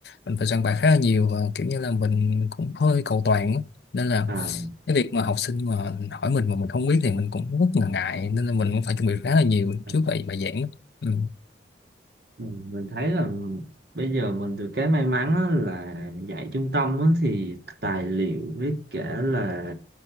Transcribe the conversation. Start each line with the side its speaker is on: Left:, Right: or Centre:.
Left: mình phải soạn bài khá là nhiều và kiểu như là mình cũng hơi cầu toàn á. nên là
Right: à
Left: cái việc mà học sinh mà hỏi mình mà mình không biết thì mình cũng rất là ngại nên là mình cũng phải chuẩn bị khá là nhiều
Right: à,
Left: trước bài bài giảng á. ừ.
Right: mình mình thấy là bây giờ mình được cái may mắn á là dạy trung tâm á thì tài liệu với cả là